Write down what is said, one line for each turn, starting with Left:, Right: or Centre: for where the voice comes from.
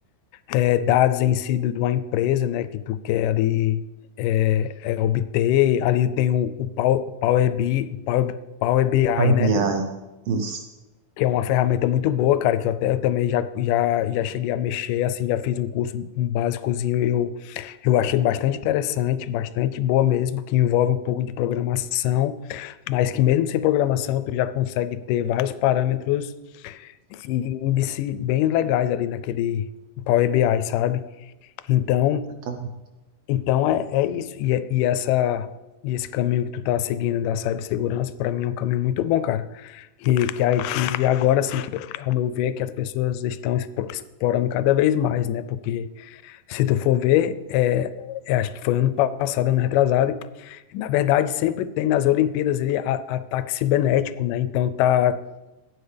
Left: é, dados em si de de uma empresa, né, que tu quer ali é, é, obter. Ali tem o, o Pow- Power BI, Power, Power BI,
Right: Ai,
Left: né,
Right: isso.
Left: que é uma ferramenta muito boa, cara, que eu até eu também já, já, já cheguei a mexer, assim, já fiz um curso, um básicozinho, e eu, eu achei bastante interessante, bastante boa mesmo, que envolve um pouco de programação, mas que mesmo sem programação tu já consegue ter vários parâmetros e índice bem legais ali naquele Power BI, sabe? Então,
Right: Exatamente.
Left: então é, é isso. E, é- e essa e esse caminho que tu tá seguindo da cibersegurança, para mim é um caminho muito bom, cara. E que aí, e agora assim, que, ao meu ver, que as pessoas estão expo- explorando cada vez mais, né? Porque se tu for ver, é, é, acho que foi ano passado, ano retrasado, que, na verdade sempre tem nas Olimpíadas ele a- ataque cibernético, né? Então tá